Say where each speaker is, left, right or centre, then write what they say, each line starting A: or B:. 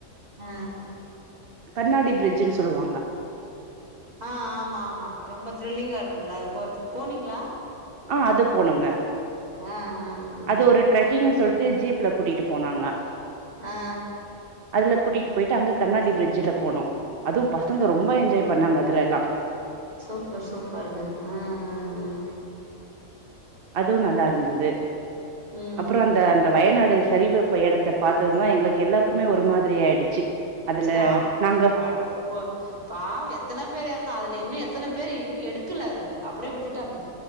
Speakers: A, on the right; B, on the right.
A: ம்
B: கண்ணாடி பிரிட்ஜுன்னு சொல்லுவாங்க
A: ஆ ஆமா ஆமா ரொம்ப த்ரில்லிங்கா இருக்குங்க அது போறதுக்கு போனீங்களா
B: ஆ அது போனுங்க
A: ஆ ஆ ஆ
B: அது ஒரு ட்ரக்கிங் சொல்ட் த்து ஜீப்ல கூட்டிட்டு போனாங்க
A: ஆ
B: அதுல கூட்டிட்டு போயிட்டு அங்க கண்ணாடி பிரிட்ஜுல போனோ அதுவு பசங்க ரொம்ப என்ஜாய் பண்ணாங்க இதுலல்லா
A: சூப்பர் சூப்பருங்க அ அ அ
B: அதுவு நல்லா இருந்துது
A: ஆ ம்
B: அப்புறோ அந்த அந்த வயநாடு சரிவப்ப இடத்த பார்த்ததுதா எங்களுக்கு எல்லாருக்குமே ஒரு மாதிரி ஆயிடுச்சு அதுல
A: கஷ்டோ
B: நாங்க
A: <unintelligible> பாவ எத்தன பேரு எறந்த அதுல இன்னு எத்தன பேரு இன்னு எடுகல துல அப்டி விட்டுடாங்க